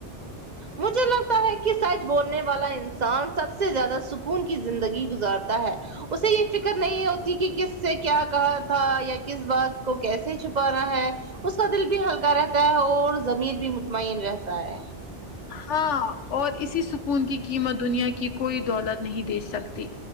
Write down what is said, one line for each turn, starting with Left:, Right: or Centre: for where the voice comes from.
Right: مجھ تو تا ہے کہ سچ بولنے والا انسان سب سے زیادہ سکون کی زندگی گزارتا ہے اسے یہ فکر نہیں ہوتی کہ کس سے کیا کہا تھا یا کس بات کو کیسے چھپانا ہے اس کا دل بھی ہلکا رہتا ہے اور ضمیر بھی مطمین رہتا ہے
Left: ہاں اور اسی سکون کی قیمت دنیا کی کوئی دولت نہیں دے سکتی